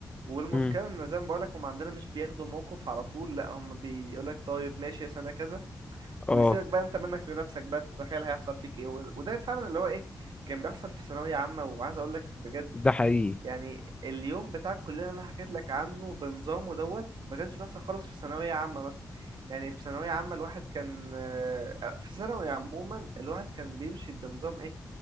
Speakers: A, on the right; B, on the left.
A: والمشكله
B: امم
A: ان زي ما بقول لك هم عندنا مش بياخدوا موقف على طول لا هم بيقول لك طيب ماشي يا سنه كذا
B: اه
A: ويسيبك بقى انت منك لنفسك بقى تتخيل هيحصل فيك ايه و- وده فعلا اللي هو ايه كان بيحصل في ثانويه عامه وعايز اقول لك بجد
B: ده حقيقي
A: يعني اليوم بتاع الكلية اللي انا حكيت لك عنه بنظامه دوت ما كانش بيحصل خالص في ثانوية عامة مثلا يعني في ثانوية عامة الواحد كان آه، في ثانوي عموما الواحد كان بيمشي بنظام ايه